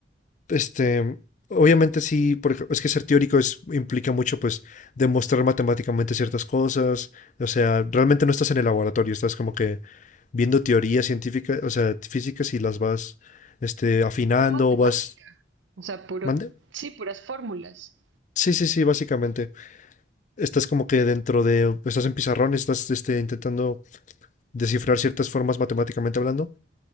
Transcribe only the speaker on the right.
Pura matemática.
O sea, puro,
sí, puras fórmulas.